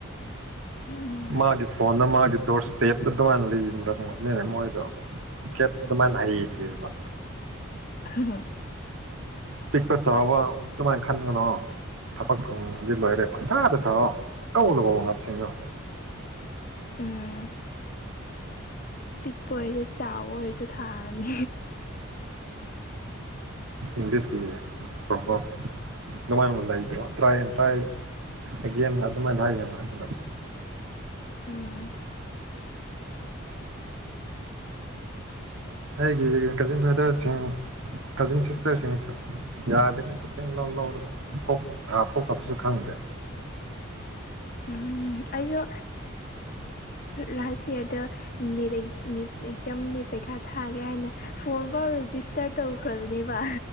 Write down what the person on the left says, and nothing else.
ꯎꯝ
ꯍꯥ ꯍꯥ
ꯎꯝ ꯄꯤꯛꯕ ꯑꯣꯢꯔꯁꯨ ꯆꯥꯎꯕ ꯁꯨ ꯊꯥꯒꯅꯤ
ꯎꯝ
ꯎꯝ ꯑꯩꯁꯨ ꯂꯥꯁ ꯏꯌꯥꯔꯗꯠꯅꯤꯠ ꯑꯦꯛꯖꯥꯝ ꯄꯩꯈꯥ ꯊꯥꯒꯦ ꯍꯥꯏꯅ ꯐꯣꯔꯝꯐꯥꯎ ꯔꯦꯖꯤꯁꯇꯔ ꯇꯧꯈ꯭ꯔꯕꯅꯦꯕ